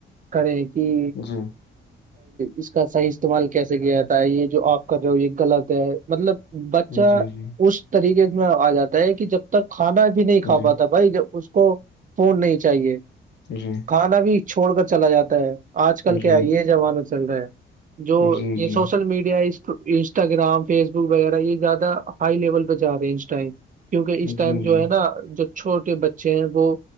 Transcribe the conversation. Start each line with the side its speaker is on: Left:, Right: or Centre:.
Right: کریں کہ
Left: جی
Right: اس کا صحیح استعمال کیسے کیا جاتا ہے یہ جو آپ کر رہے ہو یہ غلط ہے مطلب بچہ
Left: جی جی
Right: اس طریقے میں آ جاتا ہے کہ جب تک کھانا بھی نہیں کھا
Left: جی
Right: پاتا بھائی ج اس کو فون نہیں چاہیے
Left: جی
Right: کانا بھی چھوڑ کر چلا جاتا ہے آج کل
Left: جی
Right: کیا یہ زمانہ چل رہا ہے جو
Left: جی
Right: یہ
Left: جی
Right: social media Instagram Facebook وغیرہ یہ زیادہ ہائی لیول پہ جا رہے ہیں اس ٹائم کیونکہ اس
Left: جی جی
Right: ٹائم جو ہے نا جو چھوٹے بچے ہیں وہ